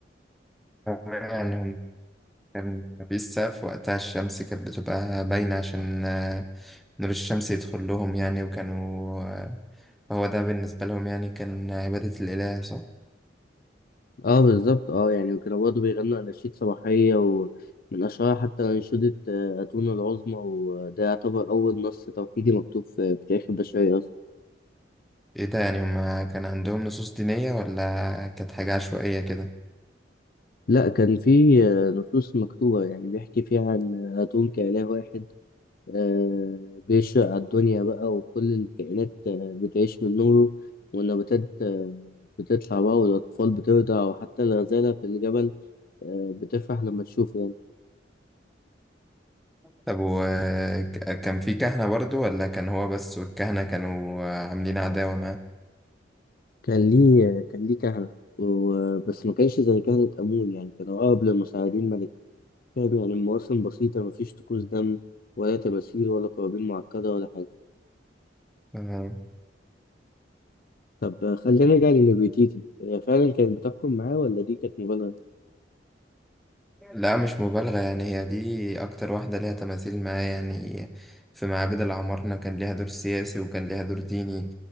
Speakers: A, in the centre; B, on the left.
A: يعني هم كان مفيش سقف وقتها الشمس كانت بتبقى باينة عشان آه، نور الشمس يدخل لهم يعني وكانوا آه، هو ده بالنسبة لهم يعني كان عبادة الإله صح؟
B: اه بالظبط اه يعني وكانوا برضه بيغنوا أناشيد صباحية ومن أشهرها حتى أنشودة آه، أتون العظمى وده يعتبر أول نص توحيدي مكتوب في في تاريخ البشرية أصلا
A: إيه ده يعني هما كان عندهم نصوص دينية ولا كانت حاجة عشوائية كده؟
B: لا كان في آه، نصوص مكتوبة يعني بيحكي فيها عن أتون كإله واحد آه، بيشرق على الدنيا بقى وكل الكائنات آه، بتعيش من نوره والنباتات آه، بتطلع بقى والأطفال بترضع وحتى الغزالة في الجبل آه، بتفرح لما تشوفه يعني
A: طب وكان في كهنة برضو ولا كان هو بس والكهنة كانوا آه، عاملين عداوة
B: كان ليه كان ليه كهنة و- بس ما كانش زي كهنة آمون يعني كان أقرب للمساعدين ملك كان يعني المواسم بسيطة مفيش طقوس دم ولا تماثيل ولا قرابين معقدة ولا حاجة
A: معاه؟
B: طب آه، خلينا نرجع لنفرتيتي هي فعلا كانت بتحكم معاه ولا دي كانت مبالغة؟
A: لا مش مبالغة يعني هي دي أكتر واحدة ليها تماثيل معايا يعني في معابد العمارنة كان ليها دور سياسي وكان ليها دور ديني